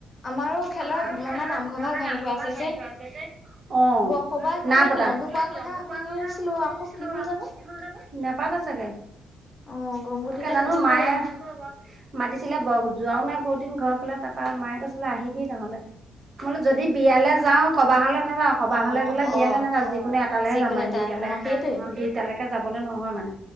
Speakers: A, on the left; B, on the right.
A: আমাৰো খেলৰ
B: আমাৰ খেলৰ
A: নামঘৰ ভাগ
B: আমাৰ
A: ভাঙি
B: নামঘৰ
A: থোৱা আছে
B: ভাগ ভাঙি
A: যে
B: থোৱা আছে যে। অ।
A: বৰসবাহ
B: নাইপতা।
A: কিবা নিয়মটো
B: কিবা
A: কোৱাৰ
B: নিয়মটো
A: কথা শুনিছিলো
B: কৰাৰ কথা শুনিছিলো
A: আকৌ কি হল
B: আকৌ
A: জানো
B: কি হল জানো? নেপাতে চাগে।
A: অ গমগতিতে
B: তাকে জানো
A: নাই পোৱা
B: মায়ে
A: বাৰু
B: মাতিছিলে যোৱাও নাই বহুত দিন ঘৰ ফালে তাৰপৰা মায়ে কৈছিলে আহিবি নহ'লে। মই বোলো যদি বিয়ালে যাওঁ সবাহ হলে নাযাওঁ। সবাহলে
A: অ
B: গ'লে
A: অ
B: নাযায় যিকোনো এটালৈহে
A: যিকোনো
B: মানে,
A: এটা
B: দুইটালৈ
A: অ সেইটোৱে
B: দুইটালৈকে যাবলৈ নহয় মানে।